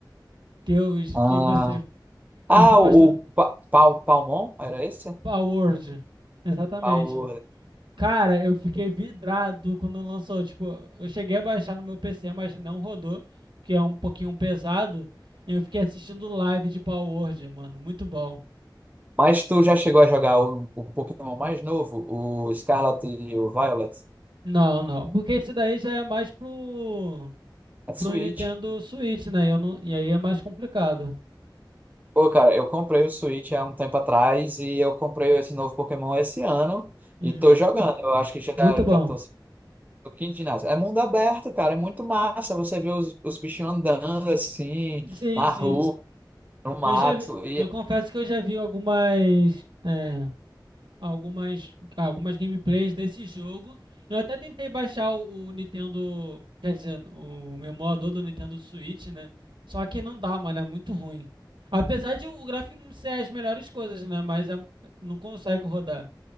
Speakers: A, on the right (about 75°); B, on the right (about 20°).
A: Que, é os,
B: Ah,
A: que você. Que
B: ah
A: você faz
B: o,
A: tudo
B: o Pa- Pal, Palmon, era esse?
A: Power World. Exatamente.
B: Pal...
A: Cara, eu fiquei vidrado quando lançou. Tipo, eu cheguei a baixar no meu PC, mas não rodou, porque é um pouquinho pesado. Eu fiquei assistindo live de Power Word, mano. Muito bom.
B: Mas tu já chegou a jogar o, o Pokémon mais novo, o Scarlet e o Violet?
A: Não, não. Porque esse daí já é mais pro,
B: É Switch.
A: pro Nintendo Switch, né? Eu não, e aí é mais complicado.
B: Pô, cara, eu comprei o Switch há um tempo atrás e eu comprei esse novo Pokémon esse ano
A: Uhum.
B: e tô jogando. Eu acho que já,
A: Muito bom.
B: já tô no quinto ginásio. É mundo aberto, cara, é muito massa. Você vê os, os bichinhos andando assim,
A: Sim,
B: na
A: sim.
B: rua, no mato.
A: Eu já vi,
B: E
A: eu confesso que eu já vi algumas. é, algumas, algumas gameplays desse jogo. Eu até tentei baixar o, o Nintendo, quer dizer, o emulador do Nintendo Switch, né? Só que não dá, mano, é muito ruim. Apesar de o gráfico não ser as melhores coisas, né? Mas é- não consegue rodar,